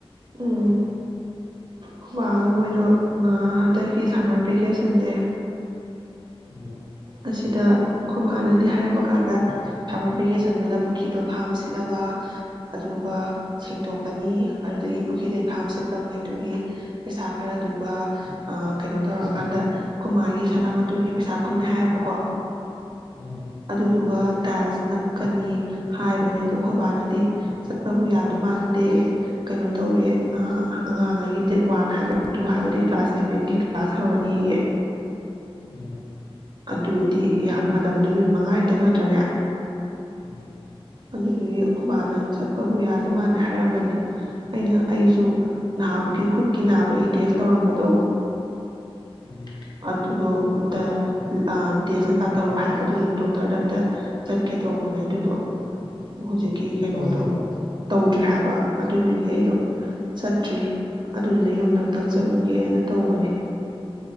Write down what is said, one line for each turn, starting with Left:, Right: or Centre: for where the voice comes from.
Right: ꯎꯝ ꯈꯨꯃꯥꯗꯣ ꯃꯣꯏꯗꯣ ꯍꯟꯗꯛꯀꯤ ꯁꯝꯃꯔ ꯚꯦꯀꯦꯁꯟꯁꯦ
Left: ꯎꯝ
Right: ꯑꯁꯤꯗ ꯈꯨꯃꯥꯅꯗꯤ ꯍꯥꯏꯔꯛꯄ ꯀꯥꯟꯗ ꯁꯝꯃꯔ ꯚꯦꯀꯦꯁꯟꯗꯨꯗ ꯄꯨꯈ꯭ꯔꯤꯗꯣ ꯐꯥꯝ ꯁꯤꯠꯂꯒ ꯑꯗꯨꯒ ꯁꯦꯡꯇꯣꯛꯀꯅꯤ ꯑꯗꯨꯗꯒꯤ ꯄꯨ꯭ꯔꯤꯗꯩ ꯐꯥꯝ ꯁꯤꯠꯄ ꯉꯩꯗꯨꯒꯤ ꯄꯩꯁꯥ ꯈꯔꯗꯨꯒ ꯀꯩꯅꯣ ꯇꯧꯔꯀꯥꯟꯗ ꯈꯨꯣꯏ ꯃꯥꯥꯒꯤ ꯁꯅꯥꯃꯣꯟꯒꯤ ꯄꯩꯁꯥ ꯐꯪꯅꯤ ꯍꯥꯏꯌꯦꯕꯀꯣ
Left: ꯎꯝ
Right: ꯑꯗꯨꯗꯨꯒ ꯇꯥꯏꯜꯁ ꯅꯛꯀꯅꯤ ꯍꯥꯏꯕꯅꯦ ꯑꯗꯣ ꯑꯩꯣꯏꯕꯥꯅꯗꯤ ꯆꯠꯄꯕꯨ ꯌꯥꯗ ꯃꯥꯟꯅꯗꯦ ꯀꯩꯅꯣ ꯇꯧꯋꯤ ꯑꯉꯥꯡꯉꯩꯒꯤ ꯗꯦꯠ ꯋꯥꯟ ꯍꯥꯏꯕ ꯇꯨ ꯍꯥꯏꯕꯗꯒꯤ ꯀ꯭ꯂꯥꯁ ꯏꯂꯚꯦꯟꯒꯤ ꯀ꯭ꯂꯥꯁ ꯍꯧꯔꯅꯤꯌꯦ
Left: ꯎꯝ
Right: ꯑꯗꯨꯗꯤ ꯃꯇꯝꯗꯣ ꯅꯨꯃꯤꯠ ꯃꯉꯥꯅꯤꯇꯪ ꯅꯠꯇ꯭ꯔꯅꯦ
Left: ꯎꯝ
Right: ꯑꯗꯨꯗꯨꯗꯤ ꯈꯨꯕꯥꯅ ꯆꯠꯄꯕꯨ ꯌꯥꯗꯃꯥꯟꯂ ꯍꯥꯏꯔꯝꯕꯅꯤ ꯑꯩꯅ ꯑꯩꯁꯨ ꯅꯍꯥꯃꯨꯛꯀꯤ ꯈꯨꯠꯀꯤ ꯅꯥꯕꯒꯤ ꯇꯦꯁ ꯇꯧꯔꯝꯕꯗꯣ
Left: ꯎꯝ
Right: ꯑꯗꯨꯗꯣ ꯑꯝꯇ ꯇꯦꯁ ꯀꯩꯀꯥ ꯇꯧꯔꯣ ꯍꯥꯏꯕ ꯑꯗꯨꯗ ꯗꯣꯛꯇꯔꯗ ꯑꯝꯇ ꯆꯠꯀꯦ ꯇꯧꯕꯅꯦ ꯑꯗꯨꯗꯣ ꯍꯧꯖꯤꯛꯀꯤ ꯀꯩꯅꯣꯗꯣ
Left: ꯇꯧꯗ꯭ꯔꯤꯕꯣ
Right: ꯇꯧꯗ ꯠꯇ꯭ꯔꯤ ꯍꯥꯏꯕ ꯑꯗꯨꯏꯗꯨꯒꯤ ꯑꯩꯗꯣ ꯆꯠꯇ꯭ꯔꯤ ꯑꯗꯨꯗꯨꯅ ꯌꯨꯝꯗ ꯑꯝꯛꯇꯪ ꯆꯠꯂꯨꯒꯦꯅ ꯇꯧꯕꯅꯤ